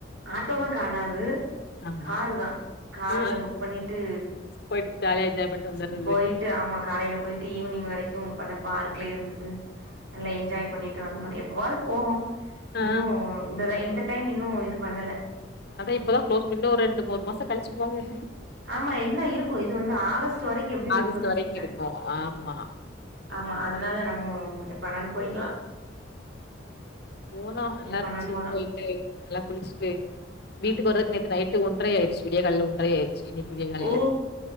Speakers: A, on the right; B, on the left.
A: ஆட்டோல்லா காணாது
B: ஆமா
A: காரு தான் கார்ல
B: ஆ
A: புக் பண்ணிட்டு
B: போயிட்டு ஜாலியா என்ஜாய் பண்ட்டு வந்துர்றது
A: போய் ட்டு ஆமா காலையில போய்ட்டு ஈவினிங் வரைக்கு அந்த பார்க்லே இருந்துட்டு நல்லா என்ஜாய் பண்ணிட்டு வந்துருனு எப்பவாவது போவோ
B: ஆ
A: இன்னு இந்த இந்த டைம் இன்னு இது பண்ணல
B: அத இப்பதா க்ளோஸ் பின்னு ஒரு ரெண்டு மூனு மாசோ கழிச்சு போங்க
A: ஆமா இன்னு இருக்கும் இது வந்து ஆகஸ்ட் வரைக்கு எப்டியு
B: ஆகஸ்ட்
A: இருக்கு இந்த
B: வரைக்கு
A: சீசன்
B: இருக்கு ஆமா
A: ஆமா அதனால நம்ம எப்ப னாலும் போயிக்கலா
B: போனோ நல்லா
A: எப்பனாலும்
B: இருந்துச்சு
A: போலாம்.
B: போய் ய் நல்லா குளிச்சிட்டு வீட்டுக்கு வரதுக்கு நேத்து நைட்டு ஒன்டறை ஆயடுச்சு விடியா கால ஒன்டறை ஆய் இன்னைக்கு விடிய காலைல
A: ஓ